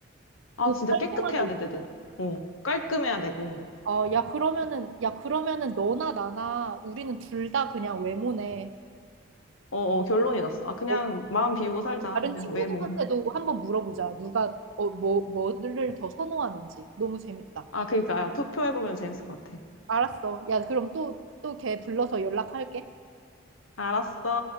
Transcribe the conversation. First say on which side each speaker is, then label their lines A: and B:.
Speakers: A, on the left; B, on the right.
A: 아,
B: 옷
A: 진짜
B: 깔끔하게.
A: 깨끗해야
B: 입-
A: 돼, 내 내. 어, 깔끔해야 되고.
B: 어, 야, 그러면은, 야, 그러면은 너나 나나 우리는 둘 다 그냥 외모네.
A: 어, 어, 결론이 났어. 아, 그냥
B: 어,
A: 마음 비우고 살자.
B: 다른
A: 그냥
B: 친구들한테도
A: 왜 뭐.
B: 한번 물어보자. 누가, 어, 뭐, 뭐를 더 선호하는지. 너무 재밌다.
A: 아, 그러니까 야, 투표해보면 재밌을 것 같아.
B: 알았어. 야, 그럼 또, 또 걔 불러서 연락할게.
A: 알았어.